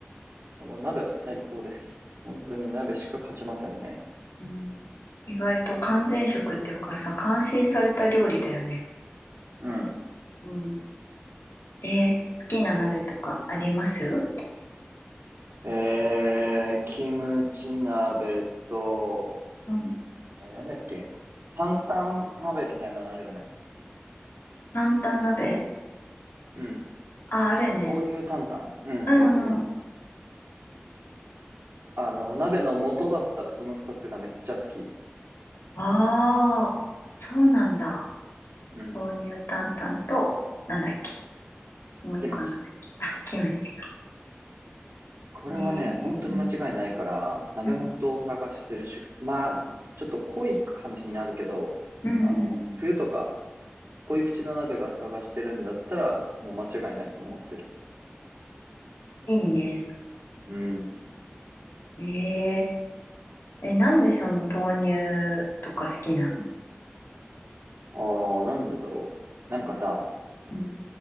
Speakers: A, on the right (about 65°); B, on the left (about 90°).
A: もう鍋は最高です。本当に鍋しか勝ちませんね。
B: うん、意外と完全食っていうかさ、完成された料理だよね。
A: うん。
B: うん。えー好きな鍋とかあります
A: えー、キムチ鍋と、
B: うん。
A: え、なんだっけ。担々鍋みたいなのあるよね。
B: タン鍋
A: うん。
B: あ、あるね。
A: 豆乳担々。うんうんうん。
B: うんうん。
A: あの、鍋の素だったらその二つがめっちゃ好き。
B: ああ、そうなんだ。
A: うん。
B: 豆乳担々と、なんだっけ。もう一個なんだっけ。
A: キムチ。
B: あ、キムチか。
A: これはね、
B: えー、
A: 本当に間違いないから、
B: うん。
A: 鍋元を探してる主婦、
B: うん。
A: まあ、ちょっと濃い感じになるけど、
B: うんうんうん。
A: あの、冬とか、濃い口の鍋が探してるんだったら、もう間違いないと思ってる。
B: いいね。
A: うん。
B: えええ、なんでその豆乳とか好きなの
A: ああ、なんでだろう。
B: うん
A: なんかさ、
B: うん。